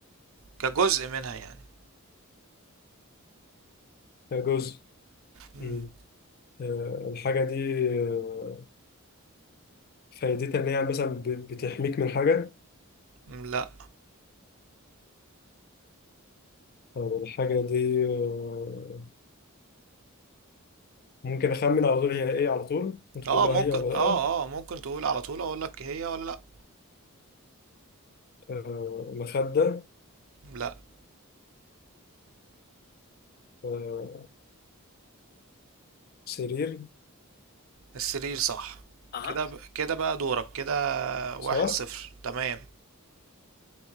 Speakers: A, on the right; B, on the left.
A: كجزء منها يعني
B: آه، جزء
A: مم.
B: مم. أه الحاجه دي آه، فايدتها إن هي مثلا ب- بتحميك من حاجة
A: مم، لا
B: أو الحاجة دي آه، ممكن أخمن على طول هي إيه على طول ممكن
A: اه
B: تقول لها
A: ممكن
B: هي ولا
A: اه
B: لأ
A: اه ممكن تقول على طول اقول لك هي ولا لا
B: آه، مخدة
A: لا
B: آه، سرير
A: السرير صح
B: اها
A: كده ب... كده بقى دورك كده واحد
B: صح؟
A: صفر تمام